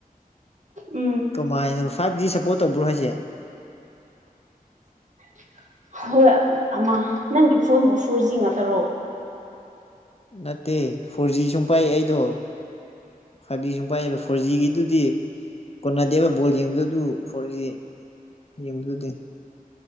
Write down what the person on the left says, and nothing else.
ꯀꯃꯥꯏꯅꯅꯣ ꯐꯥꯏꯞ ꯖꯤ ꯁꯞꯄꯣꯔꯠ ꯇꯧꯕ꯭ꯔꯣ ꯍꯥꯏꯁꯦ
ꯅꯠꯇꯦ ꯐꯣꯔ ꯖꯤ ꯁꯨꯝ ꯄꯥꯏ ꯑꯩꯗꯣ ꯐꯥꯏꯞ ꯖꯤ ꯁꯨ ꯄꯥꯏꯌꯦꯕ ꯐꯣꯔ ꯖꯤꯒꯤꯗꯨꯗꯤ ꯀꯣꯟꯅꯗꯦꯕ ꯕꯣꯜ ꯌꯦꯡꯕꯗꯨ ꯑꯗꯨ ꯐꯣꯔꯖꯤ ꯌꯦꯡꯕꯗꯨꯗꯤ